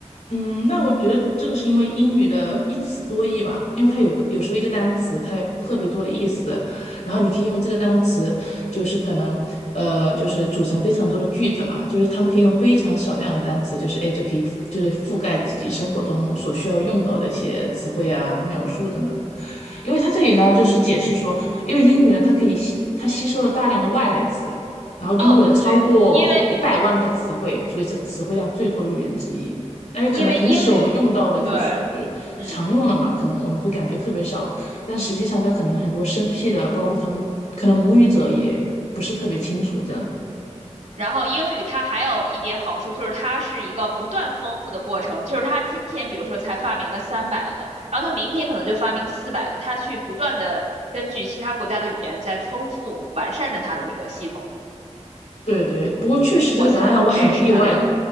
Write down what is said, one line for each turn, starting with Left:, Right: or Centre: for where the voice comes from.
Left: 嗯，那我觉得这个是因为英语的一词多义吧，因为它有个有时候一个单词它有特别多的意思，然后你可以用这个单词，就是可能呃就是组成非常多的句子嘛，就是他们可以用非常少量的单词，就是哎就可以就是覆盖自己生活中所需要用到的一些词汇啊、描述等等。因为它这里呢就是解释说，因为英语呢它可以吸它吸收了大量的外来词，然后拥有了超过一百万个词汇，
Right: 哦，对对对，因为
Left: 所以是词汇量最多的语言之一。哎，
Right: 因为英语，
Left: 可能平时我们用到的就是
Right: 对，嗯。
Left: 常用的嘛，可能我们会感觉特别少，但实际上它可能很多生僻的，包括他们可能母语者也不是特别清楚这样子
Right: 然后英语它还有一点好处，就是它是一个不断丰富的过程，就是它今天比如说才发明了三百个，然后它明天可能就发明四百个，它去不断的根据其他国家的语言在丰富完善着它的那个系统。
Left: 对对，不过确实这个答案让我很意外呢。
Right: 我猜这也是它的一个，